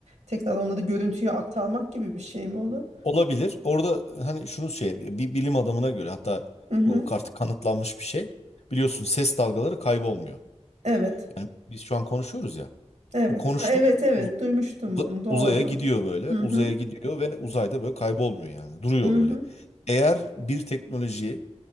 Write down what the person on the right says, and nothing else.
tekrar onları görüntüye aktarmak gibi bir şey mi olur?
Hı hı.
Evet.
Evet.
Ha, Evet, evet.
Duymuştum
bunu. Doğru.
Hı
hı.
Hı
hı.